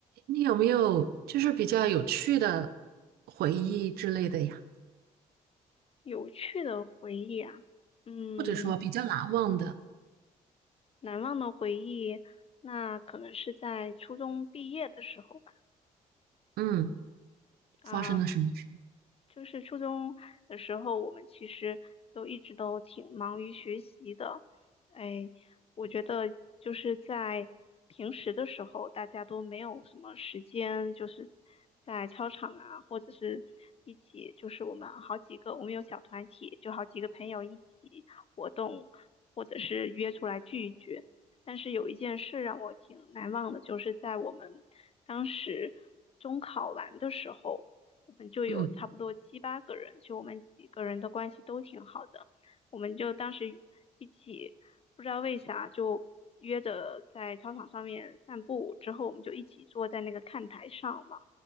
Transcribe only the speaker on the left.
有趣的回忆啊，嗯，
难忘的回忆，那可能是在初中毕业的时候，吧。
啊，
就是初中的时候，我们其实都一直都挺忙于学习的。哎，我觉得就是在平时的时候，大家都没有什么时间，就是在操场啊，或者是一起，就是我们好几个，我们有小团体，就好几个朋友一起活动，或者是约出来聚一聚。但是有一件事让我挺难忘的，就是在我们当时中考完的时候。我们就有差不多七八个人，
就我们几个人的关系都挺好的，我们就当时一起不知道为啥就约着在操场上面散步，之后我们就一起坐在那个看台上嘛，